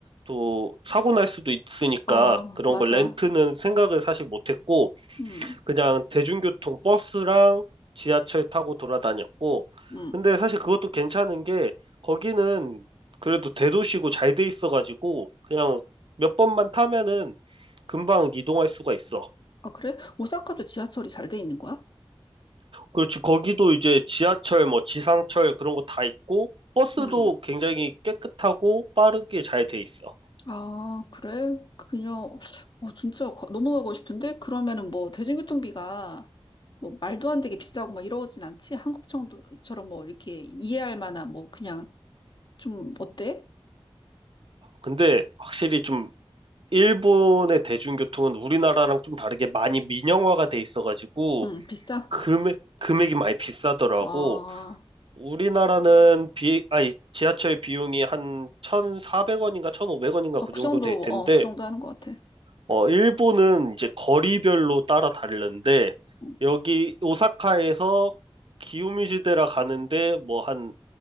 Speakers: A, on the right (about 60°); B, on the left (about 50°).
A: 또 사고 날 수도 있으니까
B: 아,
A: 그런
B: 맞아.
A: 걸 렌트는 생각을 사실 못했고,
B: 음.
A: 그냥 대중교통 버스랑 지하철 타고 돌아다녔고,
B: 음,
A: 근데 사실 그것도 괜찮은 게 거기는 그래도 대도시고 잘 돼 있어가지고 그냥 몇 번만 타면은 금방 이동할 수가 있어.
B: 아, 그래? 오사카도 지하철이 잘 돼 있는 거야?
A: 그렇지, 거기도 이제 지하철, 뭐 지상철 그런 거 다 있고, 버스도
B: 응.
A: 굉장히 깨끗하고 빠르게 잘 돼 있어.
B: 아, 그래? 그냥, 어, 진짜 가- 너무 가고 싶은데? 그러면은 뭐, 대중교통비가 뭐, 말도 안 되게 비싸고 막 이러진 않지? 한국 정도처럼 뭐, 이렇게 이해할 만한 뭐, 그냥 좀, 어때?
A: 근데 확실히 좀 일본의 대중교통은 우리나라랑 좀 다르게 많이 민영화가 돼 있어가지고,
B: 응, 비싸?
A: 금액, 금액이 많이 비싸더라고.
B: 아,
A: 우리나라는 비, 아니, 지하철 비용이 한 1,400원인가 1,500원인가
B: 아,
A: 그
B: 그
A: 정도
B: 정도,
A: 될 텐데,
B: 어, 그 정도 하는 것 같아.
A: 어, 일본은 이제 거리별로 따라 다른데,
B: 응,
A: 여기 오사카에서 기요미즈데라 가는데 뭐 한